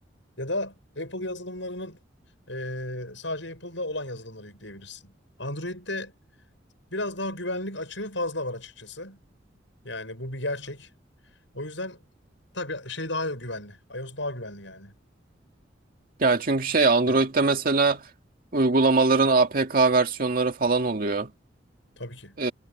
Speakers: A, on the left; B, on the right.
A: Ya da Apple yazılımlarının e, sadece Apple'da olan yazılımları yükleyebilirsin. Android'de biraz daha güvenlik açığı fazla var açıkçası. Yani bu bir gerçek. O yüzden tabii şey daha güvenli. iOS daha güvenli yani.
B: Ya çünkü şey Android'de
A: Evet.
B: mesela uygulamaların APK versiyonları falan oluyor.
A: Tabii ki.
B: Ee,